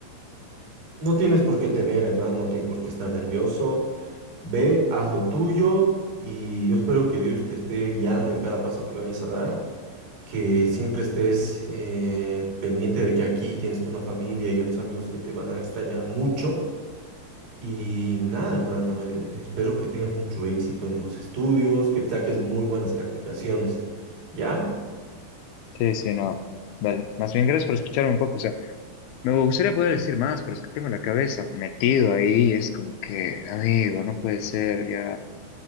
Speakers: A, on the right (about 85°); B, on the left (about 80°).
A: No tienes por qué temer, hermano, no tienes por qué estar nervioso. Ve, haz lo tuyo y yo espero que Dios te esté guiando en cada paso que vayas a dar, que siempre estés eh, pendiente de que aquí tienes tú una familia y unos amigos que te van a extrañar mucho. Y nada, hermano, eh, espero que tengas mucho éxito en tus estudios, que saques muy buenas calificaciones. ¿Ya?
B: Sí, sí, no. Dale. Más bien, gracias por escucharme un poco. O sea, Me gustaría poder decir más, pero es que tengo la cabeza metido ahí, es como que, amigo, no puede ser, ya